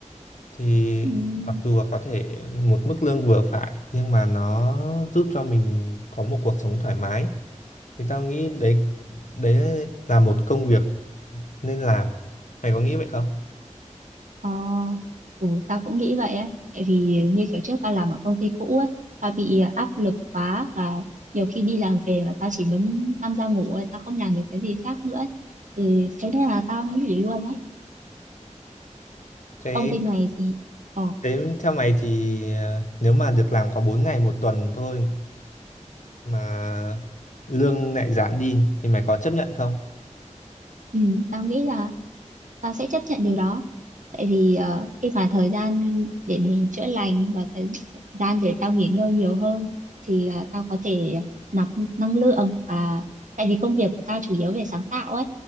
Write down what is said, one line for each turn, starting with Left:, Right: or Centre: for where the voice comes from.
Left: thì
Right: ừ,
Left: mặc dù là có thể một mức lương vừa phải nhưng mà nó giúp cho mình có một cuộc sống thoải mái thì tao nghĩ đấy đấy là một công việc nên làm mày có nghĩ vậy không
Right: ờ, ừ, tao cũng nghĩ vậy á tại vì như kiểu trước tao làm ở công ty cũ ấy tao bị ờ, áp lực quá và nhiều khi đi làm về mà tao chỉ muốn nằm ra ngủ thôi tao không làm được cái gì khác nữa ấy. thì thế nên là tao mới nghỉ luôn ấy
Left: thế
Right: công ty này thì ờ,
Left: thế theo mày thì à, nếu mà được làm có 4 ngày một tuần thôi mà lương lại giảm đi thì mày có chấp nhận không
Right: ừ, tao nghĩ là tao sẽ chấp nhận điều đó tại vì ờ, khi mà thời gian để mình chữa lành và thời gian để tao nghỉ ngơi nhiều hơn thì ờ, tao có thể nạp năng lượng và tại vì công việc của tao chủ yếu về sáng tạo ấy